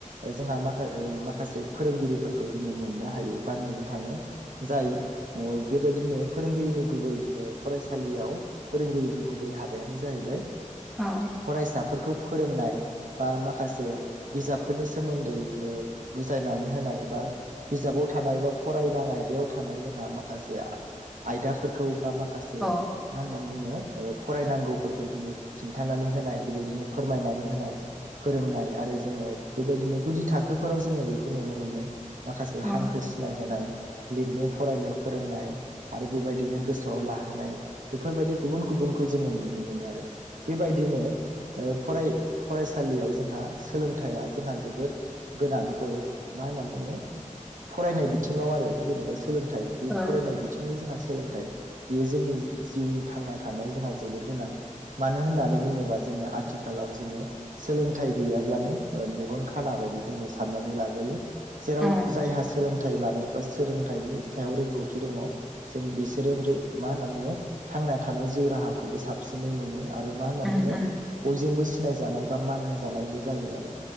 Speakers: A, on the right (about 70°); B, in the centre.
A: जोंहा माखा माखासे फोरोंगिरिफोरखौ जोङो मोननो हायो बा नुनो थाङो। जाय बेबायदिनो फोरोंगिरिनि गुबै ओ फरायसालियाव फोरोंगिरिनि गुबै हाबायानो जाहैबाय
B: औ ओं
A: फरायसा फोरखौ फोरोंनाय बा माखासे बिजाबफोरनि सोमोन्दै ओ बुजायनानै होनाय नाय बा बिजाबाव थानाय बा फरायनाां आयदायाव थानाय जोंहा माखासे आयदाफोरखौ बा माखासे
B: औ
A: मा होनना बुङो? ओ फरायनांगौफोरखौ जोङो खिन्थानानै होनाय बेबायदिनो फोरमायनानै होनाय फोरोंनाय आरो जोङो बेबायदिनो गुदि थाखोफोराव जोङो बेखौ नुनो मोनो। माखासे
B: उम
A: हांखो सिनाय होनाय लिरनो फरायनो फोरोंनाय आरो बेबायदिनो गोसो आव लाहोनाय बेफोरबायदि गुबुन गुबुनखौ जोङो नुनो मोनो आरो बेबायदिनो ओ फराय फरायसालियाव जोंहा सोलोंथाइया जोंहा जोबोर गोनांबो मा होनना बुङो फरायनाय बिथिङाव आरो जेनेबा सोलोंथाइ बे
B: औ
A: फरायनाय बिथिंनि जोंहा सोलोंथाइ बेयो जोंनि जिउनि थांना थानायाव जोंहा जोबोर गोनां मानो होननानै बुङोबा जोंङो आथिखालाव जोङो सोलोंथाइ गैया ब्लानो ओ मेगन खाना बायदि जोङो‌ साननानै लाजायो जेराव
B: औ
A: जायहा सोंलो थाइ लानाय बा सोलोंथाइनि सायाव रोंगौथि दङ जों बिसोरो मा होनना बुङो थांना थानाय जिउ राहाखौबो साबसिनै मोनो आरो मा होनना
B: उम
A: बुङो
B: उम
A: बयजोंबो सिनायजानाय बा मान होजानायबो जायो आरो।